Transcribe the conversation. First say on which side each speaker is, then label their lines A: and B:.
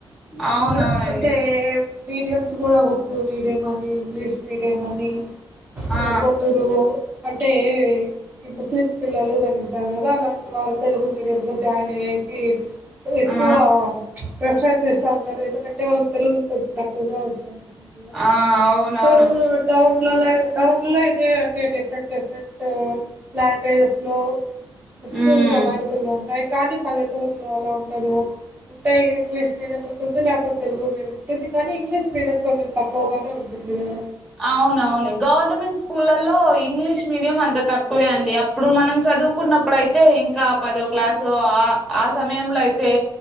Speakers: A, in the centre; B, on the right.
A: అవునవునండి
B: ఇంగేవ్ అంటేవ్ మీడియమ్స్ కూడా ఉర్దు మీడియం అని ఇంగ్లీష్ మీడియం అని
A: ఆ
B: ఓ కొందరు అంటే ఈ ముస్లిం పిల్లలు గాని ఉంటారు కదా అలాన్ ఇట్లార్గ్ తెలుగు మీడియంలో జానవేకిమ్ టే ఎక్కువ
A: ఆ
B: ప్చ్ ప్రిఫరెన్స్ ఇస్తా ఉంటారు. ఎందుకంటే వాళ్ళకి తెలుగు కొంచెం తక్కువగా వస్సోం స్తుంది ఇగ
A: ఆ అవునవును
B: టౌన్ టౌన్లలో పె టౌన్ లల్లో అయితే అంటే డిఫరెంట్ డిఫరెంట్ గా లాంగ్వేజెస్ లో స్కూల్స్
A: ఉమ్
B: అవైలేబల్గ్ ఉంట్ కానీ పల్లెటూరులో అలా ఉండదు. ఉంటే ఇంగ్లీష్ మీడియం ఉంటుంది. లేకపోతే తెలుగు మీడియం ఉంటుంది. కానీ ఇంగ్లీష్ మీడియం కొంచెం తక్కువగానే ఉంటుంది కదా.
A: అవునవును గవర్నమెంట్ స్కూళ్ళలో ఇంగ్లీష్ మీడియం అంత తక్కువే అండి. అప్పుడు మనం చదువుకున్నప్పుడు అయితే ఇంకా పదో క్లాసు ఆ ఆ సమయంలో అయితే.